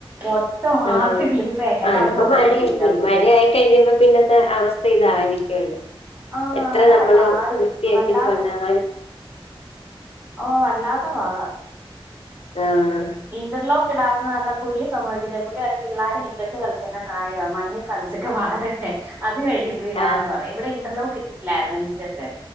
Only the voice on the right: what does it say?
മൊത്തം
ആർത്ത് കിളിച്ചി ഇപ്പോ എന്നെക്കാളും
പൊക്കത്തി
പുല്ലാ മുറ്റത്
ആഹ്
അതാ
പാട്
വല്ലാത്ത
ഓഹ് വല്ലാതെ പാടാ
ഇന്റർലോക്ക് ഇടാന്ന് പറഞ്ഞാ പുള്ളി സമ്മതിക്കത്തില്ല പുള്ളി പറയും പിള്ളേര് മിറ്റത്ത് കളിക്കുന്ന പ്രായവ മണ്ണിൽ- കളിച്ചൊക്കെ വളരട്ടെ അത് കഴി ഇടാന്ന്
പറയും ഇവിടെ ഇന്റർലോക്ക് ഇട്ടിട്ടില്ലായിരുന്നു മിറ്റത്ത്